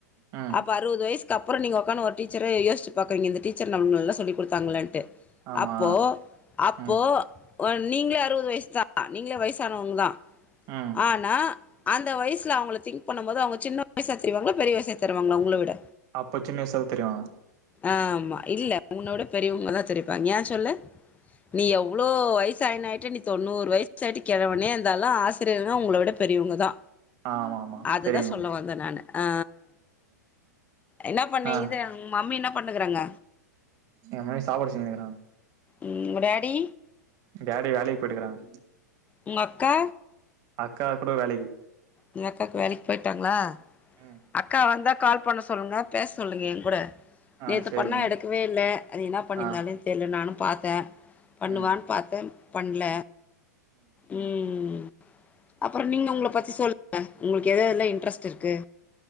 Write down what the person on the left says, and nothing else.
அப்ப அறுவது வயிசுக்கு அப்புறோ நீங்க ஒக்கான்னு ஒரு டீச்சரை யோசிச்சு பாக்குவீங்க இந்த டீச்சர் நம்லல்லா சொல்லி குடுத்தாங்களான்ட்டு
அப்போ அப்போ
ஓ நீங்களே அறுவது வயசு தா அ நீங்களே வயிசானவங்க தா
ஆனா அந்த வயிசுல அவங்கள திங்க் பண்ணம்போது அவங்க சின்ன வயிசா தெரிவாங்களா பெரிய வயிசா தெரிவாங்களா உங்கள விட
ஆமா இல்ல உன்னோட பெரியவங்களாதா தெரிப்பாங்க ஏன் சொல்லு நீ எவ்வளோ வயிசாயினாயிட்ட நீ தொண்ணூறு வயிசாயிட்டு கெழவனே இருந்தாலு ஆசிரியர்ல்லா உங்கள விட பெரியவங்கதா
அதுதா
சொல்ல வந்தே நானு ஆ என்ன பண்ணே
இது உங் மம்மி இன்னா பண்ணுகுறாங்க
ம் உங்க டேடி
உங்கக்கா
உங்க அக்காக்கு வேலைக் போயிட்டாங்ளா
அக்கா வந்தா கால் பண்ண சொல்லுங்க பேச சொல்லுங்க என் கூட
நேத்து
பண்ணா எடுக்கவே இல்ல அது இன்னா பண்ணிந்தாலேன்
தெர்ல நானும் பாத்தே பண்ணுவான்
பாத்தே பண்ல ம் ம் ம் அப்புறோ நீங்க உங்கள பத்தி சொல்லுங்க உங்குளுக்கு எது எதுல்லா இன்ட்ரெஸ்ட் இருக்கு